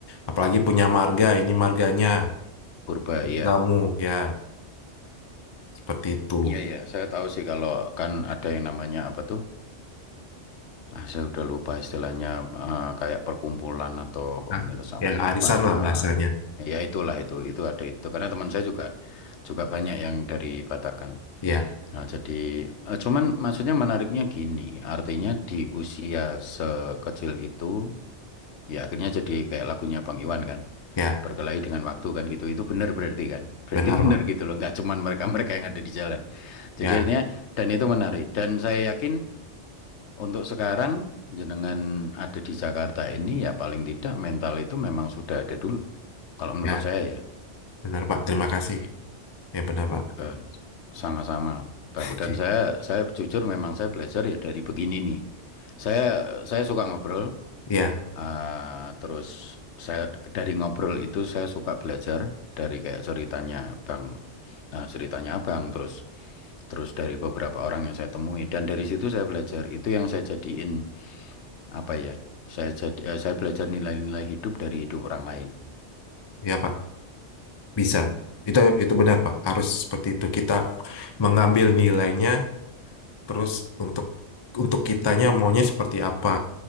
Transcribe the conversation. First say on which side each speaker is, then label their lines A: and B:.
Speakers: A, on the left; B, on the left.
A: Apalagi punya marga, ini marganya.
B: purba ya.
A: Kamu ya seperti itu.
B: Iya ya, saya tahu sih kalau kan ada yang namanya apa tuh? Ah, saya udah lupa istilahnya eh, kayak perkumpulan atau komunitas
A: Nah,
B: apa
A: ya
B: sih,
A: arisan
B: Pak?
A: lah bahasanya.
B: Ya itulah itu, itu ada itu. Karena teman saya juga juga banyak yang dari Batakkan.
A: Ya,
B: Nah, jadi eh, cuman maksudnya menariknya gini, artinya di usia sekecil itu ya akhirnya jadi kayak lagunya Bang Iwan kan.
A: ya,
B: Berkelahi dengan waktu kan gitu. Itu benar berarti kan. Berarti
A: benar
B: <laughs> benar
A: Pak.
B: gitu loh, nggak cuman mereka-mereka yang ada di jalan.
A: Ya,
B: Jadi artinya dan itu menarik dan saya yakin untuk sekarang jenengan ada di Jakarta ini ya paling tidak mental itu memang sudah ada dulu. Kalau menurut
A: ya,
B: saya ya
A: benar Pak. Terima kasih. Ya benar Pak.
B: Eh, sama-sama Bang
A: <laughs>
B: dan saya saya jujur memang saya belajar ya dari begini nih. Saya saya suka ngobrol
A: Ya,
B: eh, terus saya dari ngobrol itu saya suka belajar dari kayak ceritanya Bang eh, ceritanya Abang terus terus dari beberapa orang yang saya temui dan dari situ saya belajar itu yang saya jadiin apa ya? Saya jadi eh, saya belajar nilai-nilai hidup dari hidup orang lain.
A: ya Pak. Bisa. Itu itu benar Pak. Harus seperti itu. Kita mengambil nilainya terus untuk untuk kitanya maunya seperti apa